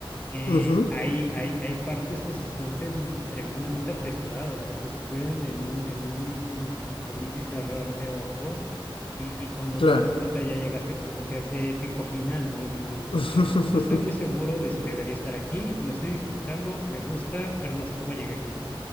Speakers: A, on the left (about 20°); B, on the left (about 75°).
A: eh,
B: Ujú.
A: hay, hay, hay partes que se sienten tremendamente apresuradas, o sea, que suceden en un, en un abrir y cerrar de ojos, y, y cuando
B: Claro,
A: te das cuenta ya llegaste como que a ese épico final, ¿no? Y dices,
B: <laughs>
A: "Ah, no estoy muy seguro de si debería estar aquí, lo estoy disfrutando, me gusta, pero no sé cómo llegué aquí.